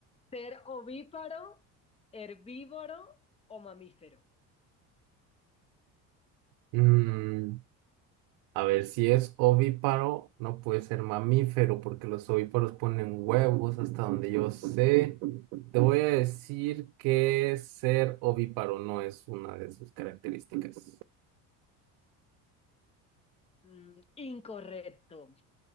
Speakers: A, on the left; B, on the right.
A: Ser ovíparo, herbívoro o mamífero.
B: Mm, A ver, si es ovíparo, no puede ser mamífero, porque los ovíparos ponen huevos hasta donde yo sé. Te voy a decir que ser ovíparo no es una de sus características.
A: Mm, incorrecto.